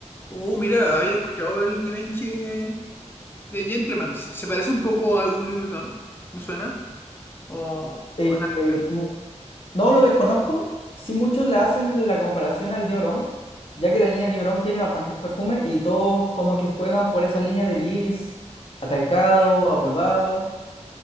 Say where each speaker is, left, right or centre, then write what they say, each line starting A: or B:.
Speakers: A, on the left; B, on the left.
A: Oh, mira, había escuchado el Givenchy de, de Gentleman. ¿Se se parece un poco a algún Louis Vuitton? ¿Me suena? O,
B: Eh,
A: o nada.
B: eh,
A: que
B: n-
A: ver.
B: no lo desconozco, si muchos le hacen la comparación al Dior Homme, ya que la línea Dior Homme tiene bastantes perfumes y todos como que juegan por esa línea del iris atalcado, apolvado.